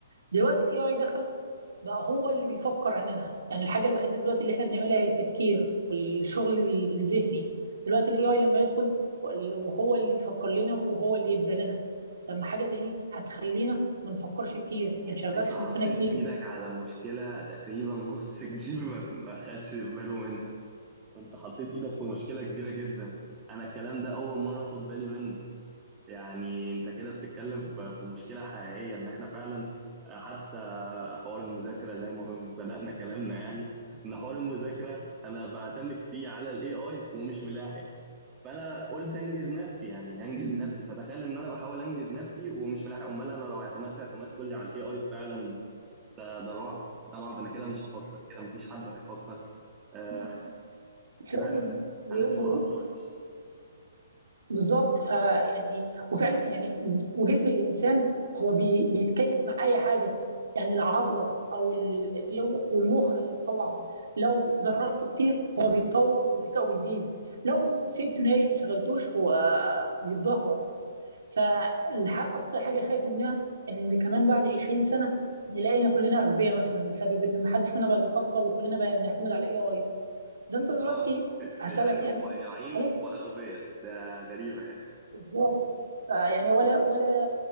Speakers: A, on the right; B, on the right.
A: دلوقتي الاي اي دخل بقى هو اللي بيفكر عننا يعني الحاجه الوحيده دلوقتي اللي احنا بنعملها هي التفكير والشغل الذهني دلوقتي الاي اي لما يدخل وهو اللي يفكر لنا وهو اللي يبدع لنا طب ما حاجه زي دي هتخلينا ما نفكرش كتير ما نشغلش
B: انت مش عارف.
A: مخنا
B: حطيت
A: كتير
B: ايدك على مشكلة تقريبا نص الجيل ما ما خدش باله منها انت حطيت ايدك في مشكلة كبيرة جدا انا الكلام ده اول مرة اخد بالي منه يعني انت كده بتتكلم في في مشكلة حقيقية ان احنا فعلا حتى حوار المذاكره زي ما بدانا كلامنا يعني ان حوار المذاكره انا بعتمد فيه على الاي اي ومش ملاحق فانا قلت انجز نفسي يعني هنجز نفسي فتخيل ان انا بحاول انجز نفسي ومش ملاحق امال انا لو اعتمدت اعتماد كلي على الاي اي فعلا ده ده رعب ده رعب انا كده مش هفكر كده مفيش حد هيفكر آه
A: فعلا
B: كده احنا
A: و-
B: هندخل عصر وحش
A: بالظبط فيعني وفعلا يعني وجسم الانسان هو بي بيتكيف مع اي حاجه يعني العضله او ال- لو- والمخ طبعا لو دربته كتير هو بيتطور وذكائه بيزيد لو سبته نايم ما شغلتوش هو بيتدهور فاكتر حاجه خايف منها ان كمان بعد 20 سنه نلاقينا كلنا اغبياء مثلا بسبب ان ما حدش فينا بقى بيفكر وكلنا بقى بنعتمد على الاي اي ده انت دلوقتي
B: اه <laughs>
A: هسالك
B: يعني
A: يعني
B: صياعين
A: هل
B: واغبياء ده غريبه يعني
A: بالظبط فيعني ولا ولا